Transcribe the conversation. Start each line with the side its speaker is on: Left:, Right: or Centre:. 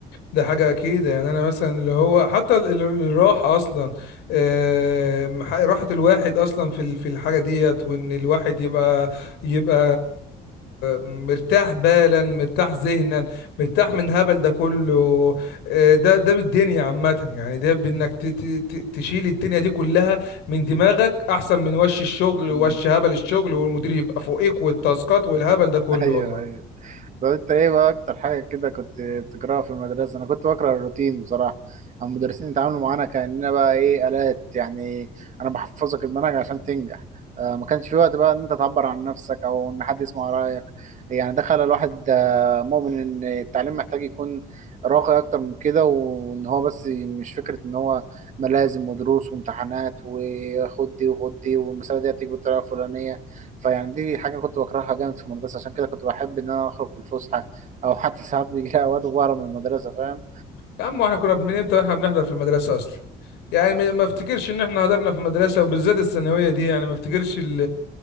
Left: ده حاجة أكيد يعني أنا مثلا اللي هو حتى ال- ال- الراحة أصلا آه، ح- راحة الواحد أصلا في ال- في الحاجة ديت وإن الواحد يبقى يبقى مرتاح بالا مرتاح ذهنا مرتاح من هبل ده كله آه، ده ده بالدنيا عامة يعني ده بإنك ت- ت- ت- تشيل الدنيا دي كلها من دماغك أحسن من وش الشغل
Right: مم.
Left: ووش هبل الشغل والمدير يبقى فوقيك والتاسكات والهبل ده كله
Right: <laughs> ايوه
Left: والله
Right: ايوه طب انت ايه بقى اكتر حاجه كده كنت بتكرهها في المدرسه انا كنت بكره الروتين بصراحه أما المدرسين يتعاملوا معانا كاننا بقى ايه الات يعني انا بحفظك المنهج عشان تنجح آه ما كانش في وقت بقى ان انت تعبر عن نفسك او ان حد يسمع رايك يعني ده خلى الواحد آه، مؤمن ان التعليم محتاج يكون راقي اكتر من كده وان هو بس مش فكره ان هو ملازم ودروس وامتحانات وخد دي وخد دي والمساله دي هتيجي بالطريقه الفلانيه فيعني دي حاجة كنت بكرهها جامد في المدرسة عشان كده كنت بحب إن أنا أخرج في الفسحة أو حتى ساعات بيجي لي أوقات وبهرب من المدرسة فاهم
Left: يا عم واحنا كنا من امتى احنا بنحضر في المدرسه اصلا يعني ما ما افتكرش ان احنا حضرنا في المدرسه وبالذات الثانويه دي يعني ما افتكرش ال-